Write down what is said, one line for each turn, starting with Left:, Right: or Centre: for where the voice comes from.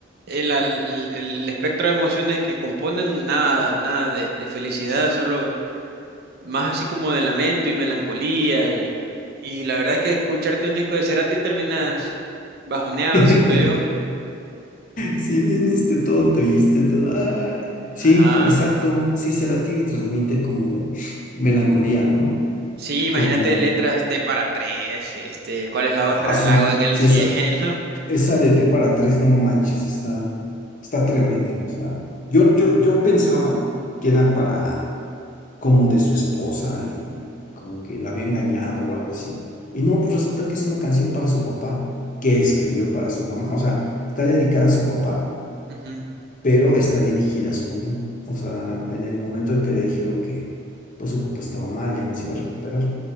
Right: en la- el, el espectro de emociones que componen, nada, nada de, de felicidad, solo más así como de lamento y melancolía y, y la verdad es que escucharte un disco de Cerati terminas bajoneado,
Left: <laughs>
Right: siento yo.
Left: Si bien este todo triste, todo. ah, sí,
Right: Ajá.
Left: exacto. Sí, Cerati transmite como melancolía, ¿no?
Right: Sí, imagínate
Left: Como.
Right: letras T para tres, este, ¿cuál es la otra?
Left: Ah, sí,
Right: Lago en el
Left: sí,
Right: cielo.
Left: esa, esa de T para tres, no manches, está, está tremenda. O sea, yo, yo, yo pensaba que era para. como de su esposa y como que la había engañado o algo así. Y no, pues resulta que es una canción para su papá que escribió para su mamá. O sea, está dedicada a su papá,
Right: <laughs> Ujú,
Left: pero está dirigida a su mamá. O sea, en el momento en que le dijeron que pues su papá estaba mal, ya no se iba a recuperar.